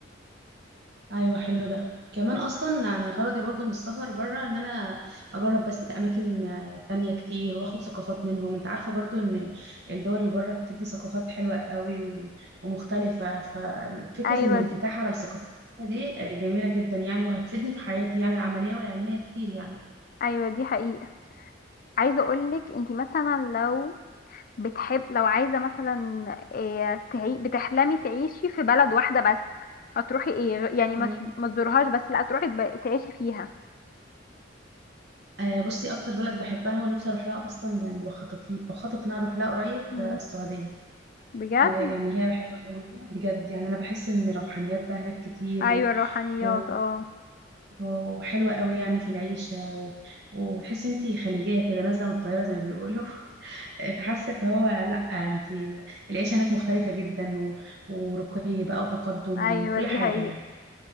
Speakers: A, on the right; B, on the left.
A: ايوه حلو ده كمان اصلا انا غرضي برضو من السفر بره ان انا اجرب بس اماكن آه، تانية كتير واخد ثقافات منهم انت عارفه برضو ان الدول اللي بره بتدي ثقافات حلوه قوي و- ومختلفه ففكره
B: ايوه
A: ان الانفتاح على الثقافات دي آه، جميله جدا يعني وهتفيدني في حياتي يعني العمليه والعلميه كتير يعني
B: ايوه دي حقيقة عايزة اقولك انت مثلا لو بتحب لو عايزة مثلا إيه تعي... بتحلمي تعيشي في بلد واحدة بس هتروحي ايه غ- يعني ما
A: مم.
B: تش- ما تزورهاش بس لا تروحي تب- تعيشي فيها
A: آه، بصي اكتر بلد بحبها ونفسي اروح لها اصلا يعني بخطط بخطط ان أنا اروح لها قريب
B: مم.
A: آه، السعوديه
B: بجد
A: آه، يعني هي حلوة قوي بجد يعني أنا بحس إن روحانيات بقى هناك كتير
B: ايوه
A: و...
B: الروحانيات
A: و...
B: اه
A: وحلوة قوي يعني في العيشة و... وتحس انتي خليجية كده نازلة من الطيارة زي ما بيقولوا <laughs> فحاسة إن هو لأ انتي العيشة هناك مختلفة جدا و... ورقي بقى وتقدم
B: ايوه
A: وكل
B: دي
A: حاجة
B: حقيقة
A: يعني